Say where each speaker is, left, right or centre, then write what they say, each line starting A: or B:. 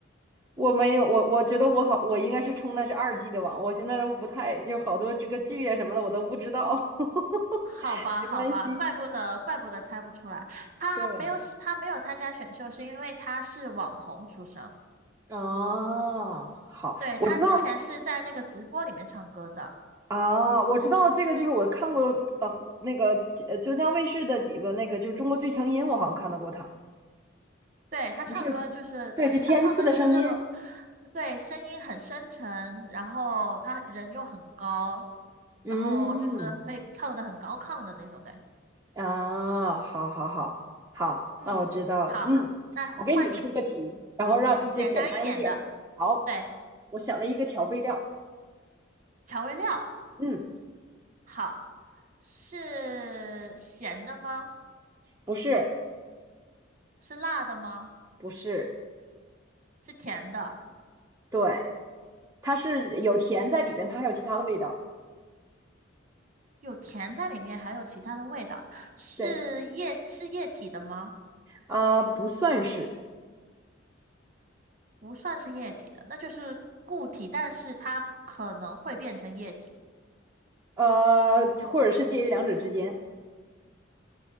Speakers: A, on the right; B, on the right.
A: 我没有我我觉得我好，我应该是充的是二 G 的网，我现在都不太就好多这个剧啊什么的我都不知道，<laughs>
B: 好吧，
A: 没关系。
B: 好吧，怪不得怪不得猜不出来，他没有他没有参加选秀，
A: 对，
B: 是因为他是网红出身。
A: 啊，好，
B: 对，
A: 我知道，
B: 他之前是在那个直播里面唱歌的，
A: 啊，我知道这个，就是我看过呃湖那个呃浙江卫视的几个那个，就是《中国最强音》，我好像看到过他，
B: 对，他唱歌就是他唱歌就是那个，
A: 不是，对，就天赐的声音。
B: 对，声音很深沉，然后他人又很高，
A: 嗯，
B: 然后就是可以唱的很高亢的那种感觉。
A: 啊，好好好好，
B: 嗯，
A: 那我知道了。
B: 好，
A: 嗯，
B: 那换你，
A: 我给你出个题，然后让这简单一点。
B: 嗯，简单一点的，
A: 好，
B: 对，
A: 我想了一个调味料。
B: 调味料，
A: 嗯，
B: 好，是咸的吗？
A: 不是，
B: 是辣的吗？
A: 不是，
B: 是甜的，
A: 对，它是有甜在里边，它还有其他的味道。
B: 有甜在里面，还有其他的味道，是液是液体的吗？
A: 对，啊、不算是，
B: 不算是液体的，那就是固体，但是它可能会变成液体。
A: 呃，或者是介于两者之间。